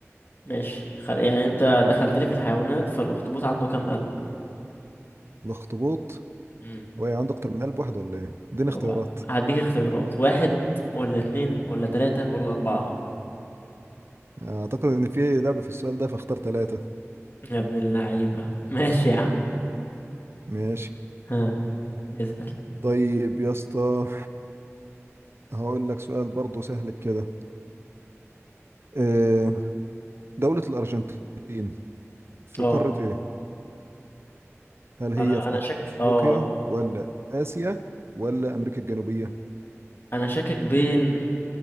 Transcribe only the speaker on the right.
الاخطبوط
هو إيه، عنده اكتر من قلب واحد ولا ايه؟ اديني اختيارات
اعتقد ان في لعبة في السؤال ده فاختار ثلاثة
ماشي
طيب يا اسطى هقول لك سؤال برضه سهل كده آه، دولة الأرجنتين في
قارة إيه؟ هل هي
في
أفريقيا
ولا آسيا ولا أمريكا الجنوبية؟